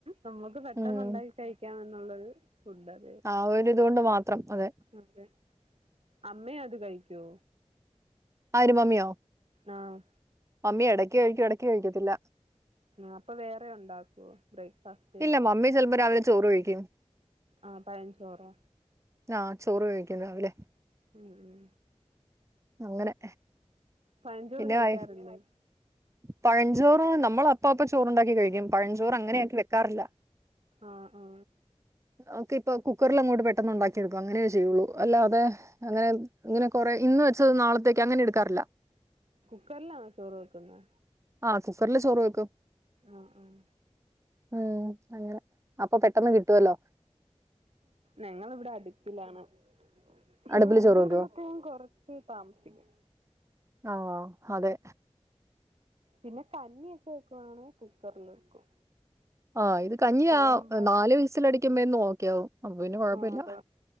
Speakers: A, on the right; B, on the right.
A: നമ്മക്ക് പെട്ടന്നുണ്ടായി
B: ഉം
A: കയിക്കാം എന്നുള്ളരു ഫുഡ്‌ ആണ്.
B: ആഹ് ഒരിതോണ്ട് മാത്രം അതെ
A: അതെ അമ്മേ അത് കഴിക്കോ
B: ആര് മമ്മിയോ
A: ആഹ്
B: മമ്മി എടയ്ക്ക് കഴിക്കും എടക്ക് കഴിക്കത്തില്ല
A: ആഹ് അപ്പൊ വേറെ ഉണ്ടാക്കോ ബ്രേക്ക്ഫാസ്റ്റ്
B: ഇല്ല മമ്മി ചിലപ്പോ രാവിലെ ചോറ് കഴിക്കും
A: ആഹ് പയൻഞ്ചോറോ
B: ആഹ് ചോറ് കഴിക്കും രാവിലെ
A: ഉം ഉം
B: അങ്ങനെ
A: പയൻഞ്ചോറ്
B: പിന്നെ
A: കഴിക്കാറില്ലേ
B: വൈ- പഴഞ്ചോറ് നമ്മള് അപ്പാപ്പം ചോറുണ്ടാക്കി കഴിക്കും. പഴഞ്ചോറ് അങ്ങനെ ആക്കി വെക്കാറില്ല
A: ആഹ് ആഹ്
B: നമക്ക് ഇപ്പൊ കുക്കറിൽ അങ്ങോട്ട് പെട്ടെന്ന് ഉണ്ടാക്കി എടുക്കും അങ്ങനെ ചെയ്യുള്ളൂ അല്ലാതെ. അങ്ങനെ ഇങ്ങനെ കൊറെ ഇന്ന് വെച്ചത് നാളത്തേക്ക് അങ്ങനെ ഇടുക്കാറില്ല.
A: കുക്കർ ലാൺചോർ വെക്കുന്നെ
B: ആഹ് കുക്കറില് ചോറ് വക്കും
A: ആഹ് ആഹ്
B: ഏഹ് അങ്ങനെ അപ്പൊ പെട്ടന്ന് കിട്ട്വാല്ലോ
A: ഞങ്ങള് ഇവിടെ അട്പ്പിലാണ്. പക്ഷെ
B: അടുപ്പില്
A: വെന്ത്
B: ചോറ്
A: വെരുമ്പം.
B: വെക്കുവോ
A: കൊറച്ച് താമസിക്കും
B: ആഹ് അതെ
A: പിന്നെ കഞ്ഞിയൊക്കെ വെക്കുവാണെ കുക്കറിൽ വെക്കും
B: ആഹ് ഇത് കഞ്ഞി
A: അതാവുമ്പോ
B: ആ നാല് വിസിൽ അടിക്കുമ്പന്ന് ഒക്കെ യാവും അപ്പൊ പിന്നെ കൊഴപ്പല്ല
A: ആഹ് അതെ